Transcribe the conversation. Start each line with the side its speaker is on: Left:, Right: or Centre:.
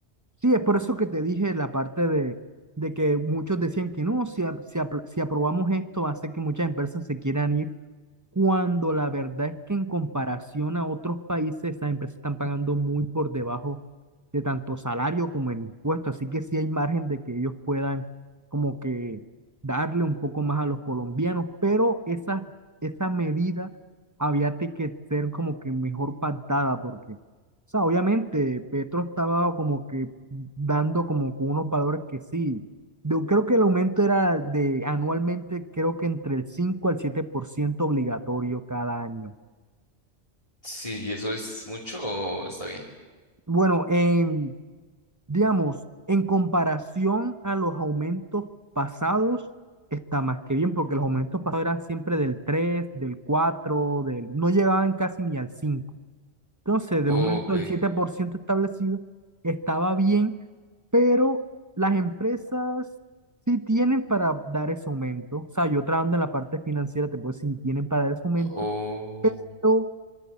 Right: Sí, es por eso que te dije la parte de, de que muchos decían que no, si, a- si, apro- si aprobamos esto, hace que muchas empresas se quieran ir cuando la verdad es que en comparación a otros países, esas empresas están pagando muy por debajo de tanto salario como el impuesto, así que sí hay margen de que ellos puedan como que darle un poco más a los colombianos, pero esa, esa medida había te- que ser como que mejor pactada porque, o sea, obviamente Petro estaba como que dando como que unos valores que sí. Yo creo que el aumento era de anualmente, creo que entre el 5 al 7% obligatorio cada año.
Left: Sí, ¿y eso es mucho o está bien?
Right: Bueno, en, digamos, en comparación a los aumentos pasados, está más que bien, porque los aumentos pasados eran siempre del 3 del 4 del, no llegaban casi ni al cinco Entonces, del
Left: Ok,
Right: aumento del 7% establecido, estaba bien pero las empresas sí tienen para dar ese aumento. O sea, yo trabajando en la parte financiera, te puedo decir, sí tienen para dar ese aumento,
Left: oh,
Right: pero